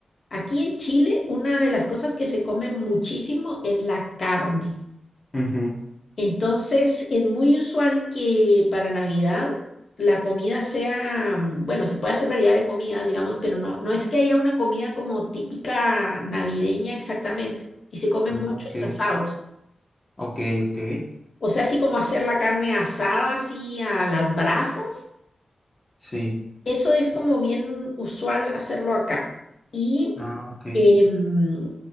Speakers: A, on the left; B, on the left.
A: aquí en Chile, una de las cosas que se come muchísimo es la carne.
B: Ujú.
A: Entonces, es muy usual que para Navidad la comida sea, mm, bueno, se puede hacer variedad de comidas, digamos, pero no, no es que haya una comida como típica navideña exactamente. Y se comen
B: Ah,
A: muchos
B: Ok,
A: asados.
B: ok, ok.
A: O sea, así como hacer la carne asada, así a las brasas,
B: Sí.
A: Eso es como bien usual hacerlo acá. Y
B: Ah, ok.
A: em,